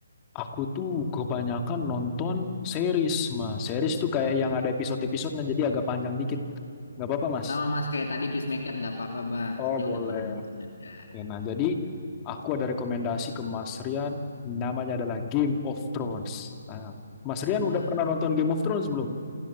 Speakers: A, on the left; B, on the left.
A: Aku tuh kebanyakan nonton series, Mas. Series tuh kayak yang ada episode-episodenya, jadi agak panjang dikit. Nggak apa-apa, Mas.
B: Sama Mas kayak tadi Peacemaker nggak apa-apa Bang,
A: Oh,
B: saya
A: boleh.
B: udah pernah nonton juga.
A: Oke, Nah, jadi aku ada rekomendasi ke Mas Rian, namanya adalah Game of Thrones. Nah, Mas Rian
B: Wah,
A: udah pernah nonton Game of Thrones belum?